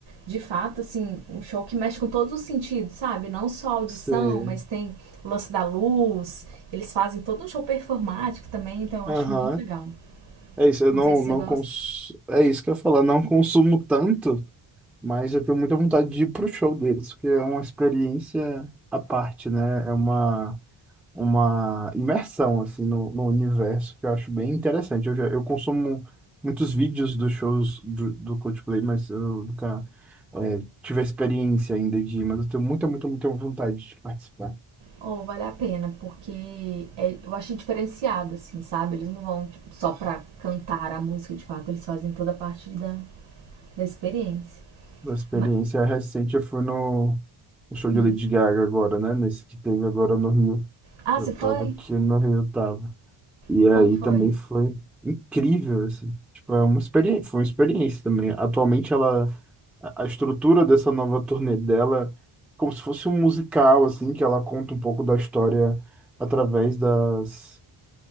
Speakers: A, on the right (about 65°); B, in the centre.
A: de fato, assim, um show que mexe com todos os sentidos, sabe? Não só a audição,
B: Sei.
A: mas tem o lance da luz. Eles fazem todo um show performático também, então eu
B: Aham.
A: acho muito legal.
B: É isso, eu
A: Não
B: não,
A: sei se você
B: não
A: gosta.
B: cons... É isso que eu ia falar, não consumo tanto, mas eu tenho muita vontade de ir pro show deles, porque é uma experiência à parte, né? É uma, uma imersão, assim, no, no universo, que eu acho bem interessante. Eu, já, eu consumo muitos vídeos dos shows do, do Coldplay, mas eu nunca, é, tive a experiência ainda de ir, mas eu tenho muita, muita, muita vontade de participar.
A: Ou vale a pena, porque é- eu acho diferenciado, assim, sabe? Eles não vão tipo, só pra cantar a música de fato, eles fazem toda a parte da, da experiência.
B: Uma experiência
A: Ma-
B: recente, eu fui no, no show
A: hum.
B: de Lady Gaga agora, né? Nesse que teve agora no Rio.
A: Ah,
B: Eu
A: você foi?
B: tava aqui no Rio, eu tava. E
A: E
B: aí
A: como
B: também
A: foi?
B: foi incrível, assim. Tipo, é uma experiência, foi uma experiência também. Atualmente ela, a a estrutura dessa nova turnê dela, é como se fosse um musical, assim, que ela conta um pouco da história através das,